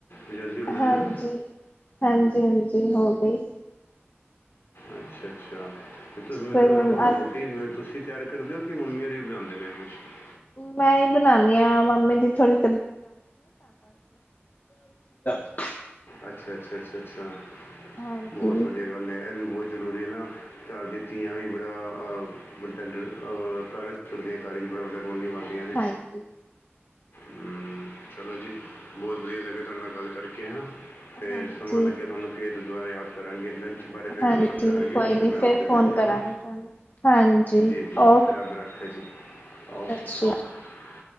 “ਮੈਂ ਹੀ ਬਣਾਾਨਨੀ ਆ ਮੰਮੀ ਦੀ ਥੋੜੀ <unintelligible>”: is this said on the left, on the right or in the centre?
Left